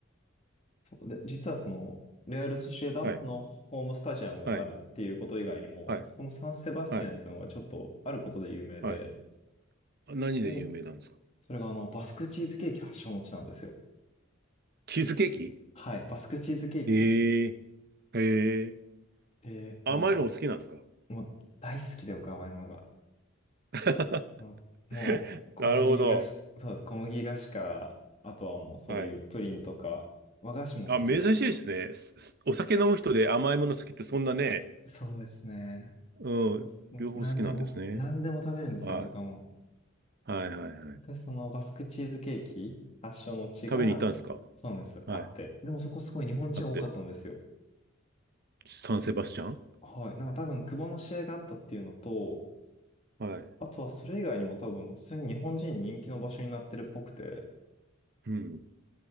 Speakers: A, on the left (about 30°); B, on the right (about 50°).
A: で、実はその、レアル・ソシエダのホームスタジアムがあるっていうこと以外にも、
B: はい、はい、はい、
A: そこのサン・セバスティアンっていうのがちょっとあることで有名で、
B: はい、はい。何で有名なんですか
A: で、それがあの、バスクチーズケーキ発祥の地なんですよ。
B: チーズケーキ
A: はい、バスクチーズケーキ。
B: ええ、へえ。
A: で、
B: 甘いのお好きなんですか
A: あの、もう大好きで、岡山山が。
B: <laughs>
A: あのもう、小麦菓子、
B: なるほど。
A: そうです、小麦菓子から、あとはもうそういうプリンとか、
B: はい。
A: 和菓子も好きで。
B: あ、珍しいですね。すすお酒飲む人で甘いもの好きってそんなね、
A: そうですね。
B: うん、
A: そうですもう何でも、
B: 両方好きなんですね。
A: 何でも食べるんですよ、
B: はい。
A: 僕はもう。
B: はいはいはいはい。
A: で、そのバスクチーズケーキ発祥の地が、
B: 食べに行ったんですか
A: そうなんです、
B: はい。
A: あって。でもそこすごい日本人多かったんですよ。
B: あって。サンセバスチャン
A: はい。なんか多分、久保の試合があったっていうのと、
B: はい。
A: あとはそれ以外にも多分、普通に日本人に人気の場所になってるっぽくて、
B: うん。